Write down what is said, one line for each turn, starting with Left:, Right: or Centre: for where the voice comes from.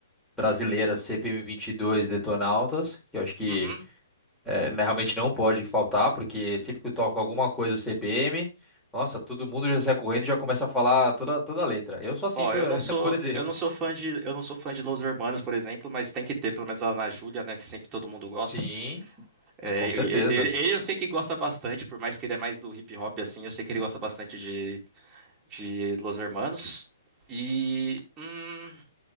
Centre: brasileira CPM dois Detonautas, que eu acho que
Right: uhum.
Centre: eh, né, realmente não pode faltar, porque sempre que eu toco alguma coisa do CPM, nossa, todo mundo já sai correndo e já começa a falar toda, toda a letra. Eu sou assim,
Right: Ó,
Centre: por,
Right: eu
Centre: <laughs>
Right: não sou,
Centre: por exemplo.
Right: eu não sou fã de, eu não sou fã de Los Hermanos, por exemplo, mas tem que ter pelo menos a Ana Júlia, né, que sempre todo mundo gosta.
Centre: Sim,
Right: É,
Centre: com
Right: ele,
Centre: certeza.
Right: ele eu sei que gosta bastante, por mais que ele é mais do hip hop assim, eu sei que ele gosta bastante de, de Los Hermanos. E hum,